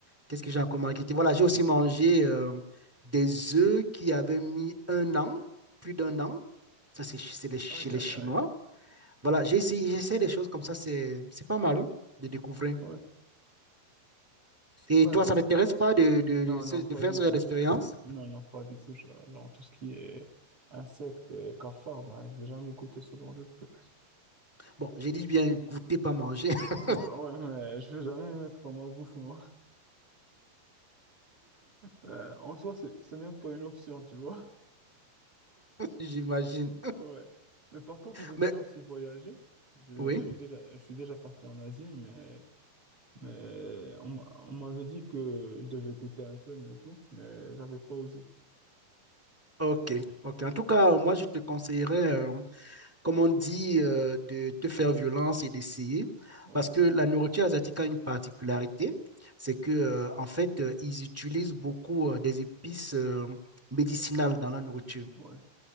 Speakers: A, in the centre; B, on the right.
A: qu'est-ce que j'ai encore marketé? Voilà, j'ai aussi mangé euh, des œufs qui avaient mis un an, plus d'un an. Ça, c'est chez c'est les, chez
B: Aïe
A: les
B: aïe
A: Chinois.
B: aïe.
A: Voilà, j'ai essayé, j'essaie des choses comme ça, c'est c'est pas mal hein, de découvrir.
B: Ouais.
A: Et
B: Ouais
A: toi,
B: donc
A: ça ne t'intéresse pas de, de,
B: non
A: de, ce-
B: non
A: de
B: pas
A: faire
B: du
A: ce
B: tout.
A: genre d'expérience?
B: Non, non, pas du tout. Genre, genre, tout ce qui est insectes et cafards, ben, je vais jamais goûter ce genre de truc.
A: Bon, j'ai dit bien goûter, pas manger, <laughs>
B: Ah ouais, mais je vais jamais les mettre dans ma bouche, moi. Euh, en soi, c'est, c'est même pas une option, tu vois. <laughs>
A: j'imagine.
B: Ouais. Mais par contre, j'aime
A: Mais
B: bien aussi voyager. J'ai,
A: oui,
B: j'ai déjà, je suis déjà parti en Asie, mais, mais on, m'a- on m'avait dit que je devais goûter un peu, mais tout, mais j'avais pas osé.
A: ok, ok. En tout cas, euh, moi, je te conseillerais, euh, comme on dit, euh, de te faire violence et d'essayer,
B: Ouais,
A: parce que la nourriture asiatique a une particularité, c'est que, euh, en fait, euh, ils utilisent beaucoup euh, des épices euh, médicinales dans la nourriture.
B: ouais,